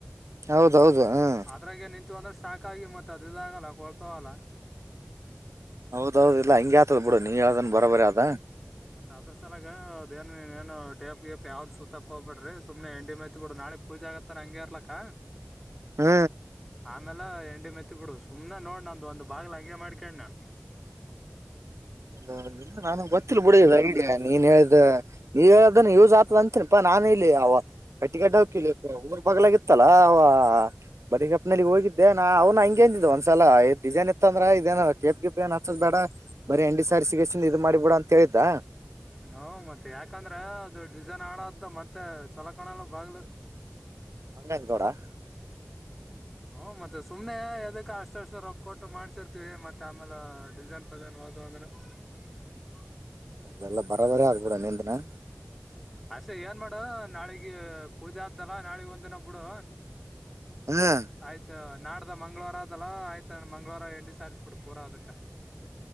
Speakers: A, on the right (about 85°); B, in the centre.
A: ಹೌದೌದು ಹ್ಮ್
B: ಅದ್ರಾಗೆ ನಿಂತು ಅಂದ್ರೆ ಸ್ಟಾಕ್ ಆಗಿ ಮತ್ತತ್ ಅದ ಇದ ಆಗಲ್ಲ ಕೊಳ್ತ ಹೋಗಲ್ಲ
A: ಹೌದೌದ್ ಇಲ್ಲ ಹಂಗೆ ಆತದ್ ಬಿಡ ನೀ ಹೇಳ್ದನ್ ಬರೋ ಬರಿ ಅದ
B: ಮತ್ತ ಅದ್ರ ಸಲಾಗ ಅದ ಏನ್ಏನು ಟೇಪ್ ಗೇಪ್ ಯಾವ್ದ್ ಸುತ್ತತಕ್ ಹ್ಬ ಬಿಡ್ರಿ ಸುಮ್ನೆ ಎಂಡಿ ಮೆತ್ಬ ಬಿಡು ನಾಳೆ ಪೂಜೆ ಆಗೊತ್ತನ ಹಂಗೆ ಇರ್ಲಕ್ಕ
A: ಹ್ಮ್
B: ಆಮೇಲೆ ಎಂಡಿ ಮೆತ್ತಿ ಬಿಡು ಸುಮ್ನೆ ನೋಡ್ ನಂದು ಒಂದ್ ಬಾಗಲ ಹಂಗೆ ಮಾಡ್ಕೊಣ್ಣ ನಾ <inaudible>
A: ಹೌದ ಇ ನಾನ ಗೊತ್ತಿಲ್ ಬಿಡಿಂಗೆ ನೀನ್ ಹೇಳ್ದ ನೀವ ಹೇಳದನ್ನು ಯೂಸ್ ಆಗ್ತದ ಅಂತೀನಾ ನಾ ನಾನ ಇಲ್ಲಿ ಅವ ಕಟ್ಟಿಗೆ ಅಡ್ಡ ಹಕ ಊರ್ ಬಗ್ಲಾಗಿತ್ತಲ್ಲ ಅವ ಬಡಿ ಕಪ್ನಲ್ಲಿ ಹೋಗಿದ್ದೆ ನ ಅವ್ನ ಹಂಗಗೆೇಂದಿದ್ದ ಒಂದ್ಲ ಸಲಾ ಇತ್ತ ಅಂದ್ರೆ ಇದೇನ ಕೇಪ್ ಗಿಪ್ ಏ ಹಚ್ಚ ಬೇಡ ಬರಿ ಎಂಡಿ ಸಾರಿಸಿ ಸಿಗಸ ಇದು ಮಾಡಿಬ ಬಿಡ ಅಂತ ಹೇಳಿದ್ದ
B: ಹ ಮತ್ತ ಯಾಕಂದ್ರೆ ಅದು ಡಿಸೈನ್ ಆಳ ಮತ್ತೆ ಚಲೊ ಕಾಣಲ್ಲ ಬಾಗ್ಲು <unintelligible> ಹ <inaudible>
A: ಅಂಗಂ ರಡ <unintelligible>
B: ಹ್ ಮತ್ತೆ ಸುಮನೆ ಅದಕ್ಕೆ ಅಷ್ಟ ಅಷ್ಟು ರೊಕ್ಕ ಕೊಟ್ಟು ಮಾಡ್ಸಿರ್ತತಿವಿ ಮತ್ತೆ ಆಮೇಲೆ ಡಿಸೈನ್ ಪಸೈನ್ ಹ ರ <unintelligible>
A: ಅ ಎಲ್ಲ ಬರ ಬರ ಆದ ಬೀಡು ನಿಂದನು
B: ಅಸೆ ಏನ್ ಮಾಡು ನಾಳಿಗ ಪೂಜೆ ಆದ್ದಲ್ಲ ನಾಳಿಗ್ ಒಂದ ದಿನ ಬಿಡು
A: ಹ್ಮ್
B: ಆಯ್ತ ನಾಡ್ದ ಮಂಗಳವಾರ ಅದಲ್ಲ ಆಯ್ತ ಮಂಗಳವಾರ ಎಂಡಿ ಸಾರಿಸ್ಬಿಡ್ ಪೂರಾ ಅದಕ್ಕ